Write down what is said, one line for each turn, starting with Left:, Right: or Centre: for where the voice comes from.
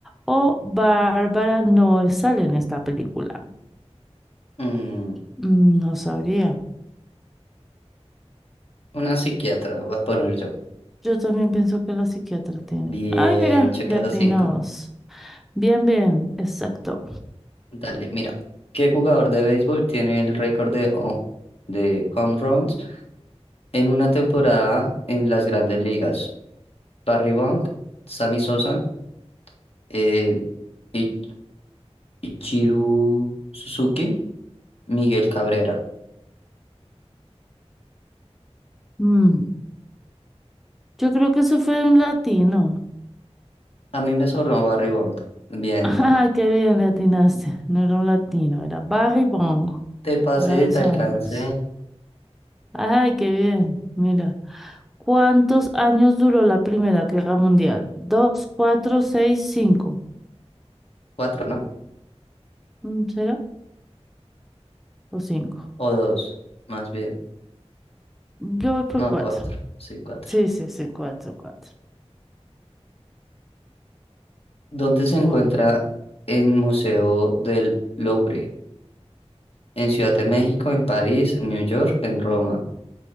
Centre: o Bárbara no sale en esta película.
Left: Mm,
Centre: Mm, No sabría.
Left: una psiquiatra, voy a poner yo.
Centre: Yo también pienso que la psiquiatra tiene.
Left: Bien,
Centre: Ay, mira,
Left: checas
Centre: le atinamos.
Left: a cinco.
Centre: Bien, bien, exacto.
Left: Dale, mira. ¿Qué jugador de béisbol tiene el récord de, ho- de home runs en una temporada en las grandes ligas? Barry Wong, Sammy Sosa, eh, I- Ichiru Suzuki, Miguel Cabrera.
Centre: Mm, yo creo que eso fue de un latino.
Left: A mí me sobró Barry Wong. Bien,
Centre: <laughs> Ay,
Left: dale.
Centre: qué bien le atinaste. No era un latino, era Barry Bongo.
Left: Te pasé,
Centre: Ahora lo
Left: te
Centre: sabemos.
Left: alcancé
Centre: Ay, qué bien. Mira, ¿cuántos años duró la Primera Guerra Mundial? Dos, cuatro, seis, cinco.
Left: cuatro, ¿no?
Centre: Mm, ¿Será? ¿O cinco?
Left: O dos, más bien.
Centre: Yo voy por
Left: No,
Centre: cuatro.
Left: cuatro. Sí, cuatro.
Centre: Sí, sí, sí, cuatro, cuatro.
Left: ¿Dónde se
Centre: Bueno,
Left: encuentra el Museo del Louvre? En Ciudad de México, en París, en New York, en Roma.